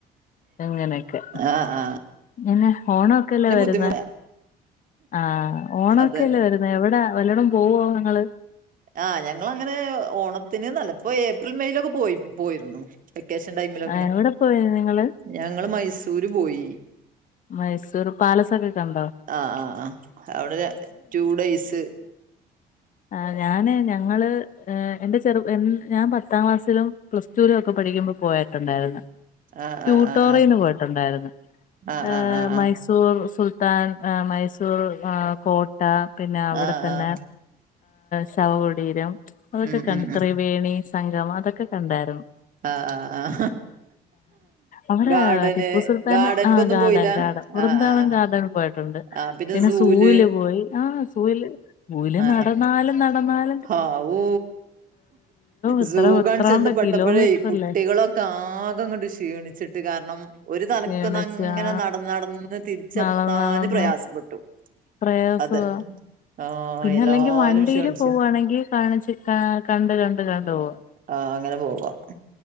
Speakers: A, on the left; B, on the right.
A: അങ്ങനെയൊക്കെ
B: ആഹ് ആഹ് ആഹ്
A: പിന്നെ ഓണം ഒക്കെല്ലേ
B: പിന്നെ
A: വരുന്നേ.
B: ബുദ്ധിമുട്ട്
A: ആഹ് ഓണം
B: അതെ
A: ഒക്കെ അല്ലേ വരുന്നേ, എവിടാ വല്ലോടും പോവോ നിങ്ങള്?
B: ആഹ് ഞങ്ങള് അങ്ങനെ ഓണത്തിന് അല്, ഇപ്പോ ഏപ്രിൽ മെയിലൊക്കെ പോയി പോയിരുന്നു. വെക്കേഷൻ ടൈമിലൊക്കെ
A: ആ, എവിടെ പോയി നിങ്ങൾ
B: ഞങ്ങള് മൈസൂര് പോയി.
A: മൈസൂർ പാലസ് ഒക്കെ കണ്ടോ?
B: ആഹ് ആഹ് ആഹ് അവിടെ ടു ഡേയ്സ്.
A: ആഹ് ഞാന് ഞങ്ങള് ഏഹ് എന്റെ ചെറു ഞാൻ പത്താം ക്ലാസ്സിലും. പ്ലസ് ടൂവിലൊക്കെ പഠിക്കുമ്പോ പോയിട്ടുണ്ടായിരുന്നു
B: ആഹ്
A: ട്യൂട്ടോറീന്
B: ആഹ് ആഹ്
A: പോയിട്ടുണ്ടായിരുന്നു.
B: ആഹ്
A: ഏഹ്
B: ആഹ് ആഹ് ആഹ്
A: മൈസൂർ സുൽത്താൻ ഏഹ് മൈസൂർ ആഹ് കോട്ട. പിന്നെ അവിടെത്തന്നെ
B: ആഹ് ആഹ് ആഹ്
A: ശവകുടീരം, അതൊക്കെ
B: ഉം
A: കണ്ട്
B: ഉം
A: ഇത്രയും.
B: ഉം
A: വേണിസംഗമം അതൊക്കെ കണ്ടായിരുന്നു.
B: ആഹ് ആഹ് ആഹ്
A: അവിടെ
B: ഗാർഡന്
A: ടിപ്പു സുൽത്താന്റെ
B: ഗാർഡൻക്കൊന്നും
A: ആഹ്. ഗാഡൻ
B: പോയില്ല
A: ഗാഡൻ വൃന്ദാവൻ
B: ആഹ് ആഹ്
A: ഗാർഡറിൽ പോയിട്ടുണ്ട്.
B: ആഹ്
A: പിന്നെ
B: സൂല്
A: സൂവില് പോയി ആഹ് സൂവില് സൂവില്
B: ആഹ്
A: നടന്നാലും നടന്നാല്.
B: ഹാവൂ
A: എത്ര
B: സൂ
A: എത്രാണ്ട
B: കാണിച്ചു ചെന്ന് പെട്ടപ്പോളേ
A: കിലോമീറ്റർ
B: കുട്ടികളെ.
A: അല്ലേ
B: ആകെ അങ്ങട്ട് ക്ഷീണിച്ചിട്ട് കാരണം ഒരു തലക്കന്ന്
A: ക്ഷീണിച്ച്
B: അങ്ങനെ
A: ആ
B: നടന്ന് നടന്ന് തിരിഞ്ഞ്.
A: നടന്ന് നടന്ന്
B: <unintelligible> പ്രയാസപ്പെട്ടു.
A: പ്രയാസവാ
B: അതെ ആഹ്
A: പിന്നെ
B: എല്ലാരും
A: അല്ലെങ്കിൽ വണ്ടിയില്
B: ക്ഷീണിച്ചു
A: പോവുവാണെങ്കിൽ കാണിച്ചിട്ട്. ആഹ് കണ്ടു കണ്ടു കണ്ടു പോകാം.
B: ആഹ് അങ്ങനെ പോവാം.